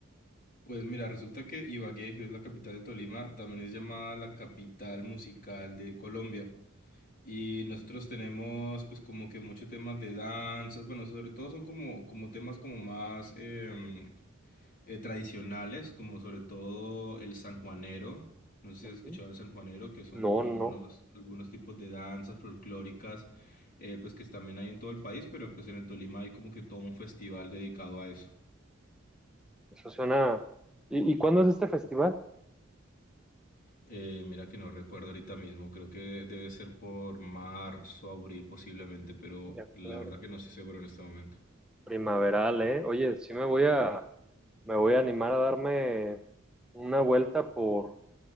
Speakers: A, on the left (about 45°); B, in the centre.
A: Pues mira, resulta que Ibagué, que es la capital de Tolima, también es llamada la capital musical de Colombia. Y nosotros tenemos pues como que muchos temas de danzas, bueno, sobre todo son como, como temas como más, em, eh, tradicionales, como sobre todo el sanjuanero. No sé si
B: Ujú.
A: has escuchado el sanjuanero, que son
B: No,
A: como
B: no,
A: algunos, algunos tipos de danzas folclóricas, eh, pues que también hay en todo el país, pero pues en el Tolima hay como que todo un festival dedicado a eso.
B: eso suena. ¿Y, y cuándo es este festival?
A: Eh, mira que no recuerdo ahorita mismo, creo que debe ser por marzo, abril posiblemente, pero
B: De acuerdo.
A: la verdad que no estoy seguro en este momento.
B: Primaveral, ¿eh? Oye, sí me voy a me voy a animar a darme una vuelta por